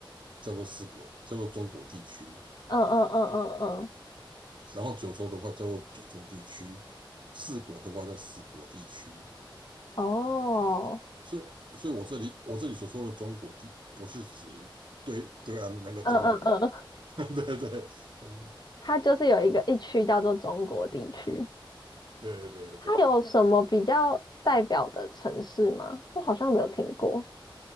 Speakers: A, on the right; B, on the left.
A: 叫做四国，叫做中国地区。
B: 嗯嗯嗯嗯嗯。
A: 然后九州的话叫做九州地区，四国的话叫四国地区。
B: 哦，
A: 所以，所以我这里我这里所说的中国地，不是指对对岸的那个中国。
B: 嗯嗯嗯，
A: <laughs> 对对，嗯，
B: 它就是有一个一区叫做中国地区，
A: 对对对对，
B: 它有什么比较代表的城市吗？我好像没有听过。